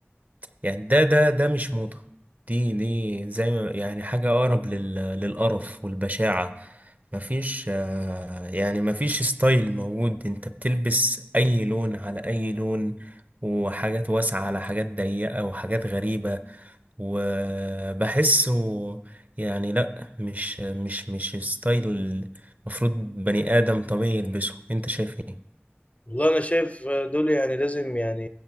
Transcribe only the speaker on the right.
يعني ده ده ده مش موضة دي دي زي ما يعني حاجة أقرب لل للقرف والبشاعة مفيش آه، يعني مفيش ستايل موجود انت بتلبس أي لون على أي لون وحاجات واسعة على حاجات ضيقة وحاجات غريبة وبحسه يعني لا مش مش مش ستايل المفروض بني آدم طبيعي يلبسه انت شايف ايه